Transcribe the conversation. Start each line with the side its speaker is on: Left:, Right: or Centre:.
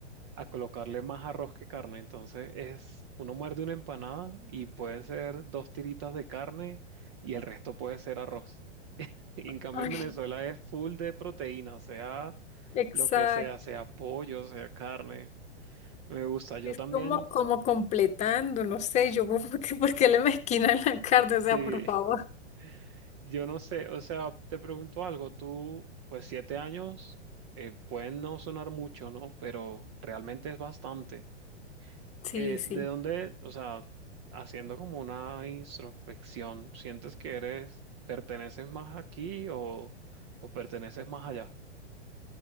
Right: a colocarle más arroz que carne. Entonces, es, uno muerde una empanada y puede ser dos tiritas de carne y el resto puede ser arroz. Y en
Left: <laughs>
Right: cambio
Left: Ay,
Right: en Venezuela es full de proteína, sea
Left: exacto.
Right: lo que sea, sea pollo, sea carne. Me gusta. Yo
Left: Es
Right: también,
Left: como, como completando, no sé, yo, <laughs> ¿por qué, por qué <laughs> le mezquinan la carne? O sea,
Right: sí,
Left: por favor.
Right: <laughs> yo no sé, o sea, te pregunto algo, tú, pues siete años, eh, pueden no sonar mucho, ¿no? Pero realmente es bastante.
Left: Sí,
Right: Eh,
Left: sí.
Right: ¿de dónde, o sea, haciendo como una introspección, sientes que eres, perteneces más aquí o, o perteneces más allá?